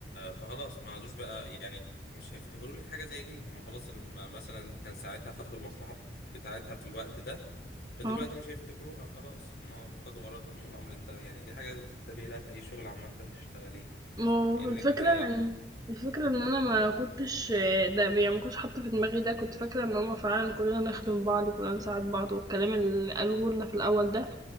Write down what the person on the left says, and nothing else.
فخلاص ما عادوش بقى يعني مش هيفتكروا لك حاجه زي دي هم خلاص ما- مثلا كان ساعتها خدوا المصلحه بتاعتها في الوقت ده فدلوقتي
مش هيفتكروها خلاص ما خدوا غرضهم والامر انتهى يعني دي حاجه لازم تنتبهي لها في اي شغل عامه تشتغليه
انك